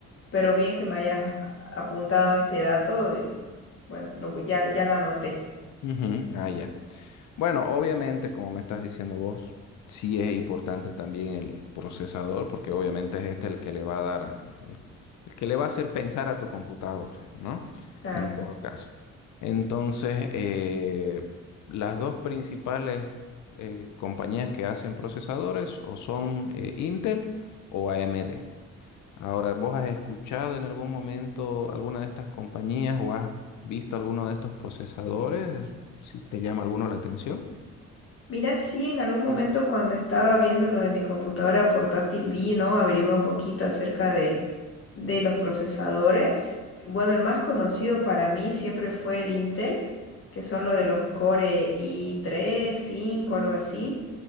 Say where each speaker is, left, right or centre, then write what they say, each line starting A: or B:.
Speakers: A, on the left; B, on the left.
A: pero bien que me hayas a- apuntado a este dato. y, bueno, lo, ya, ya lo anoté.
B: Ujú, Ah, ya. Bueno, obviamente, como me estás diciendo vos, sí es importante también el procesador, porque obviamente es este el que le va a dar, el, el que le va a hacer pensar a tu computadora, ¿no?
A: Claro.
B: En todo caso. Entonces, eh, las dos principales eh, compañías que hacen procesadores o son eh, Intel o AMD. Ahora, ¿vos has escuchado en algún momento alguna de estas compañías o has visto alguno de estos procesadores? Si te llama alguno la atención.
A: Mira, sí, en algún momento cuando estaba viendo lo de mi computadora portátil vi, ¿no? averigué un poquito acerca de, de los procesadores. Bueno, el más conocido para mí siempre fue el Intel, que son lo de los Core i tres, cinco, algo así.